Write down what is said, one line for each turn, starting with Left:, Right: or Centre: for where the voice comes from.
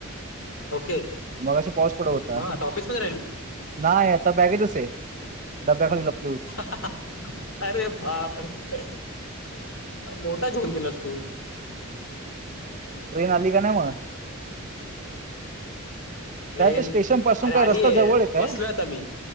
Left: ओके
Right: मघाशी पाऊस पड होता.
Left: मग आता ऑफिसमध्ये राहिली
Right: नाहे, आता बॅगेतच ए. डब्ब्या खाली लप.
Left: ह हा हा. अरे बाप र! मोठा झोल केलास तू.
Right: ट्रेन आली का नाइ म?
Left: ट्रेन
Right: त्यात स्टेशन पासून
Left: अरे आलीय
Right: काय रस्ता जवळ ए काय?
Left: बसलोय आता मी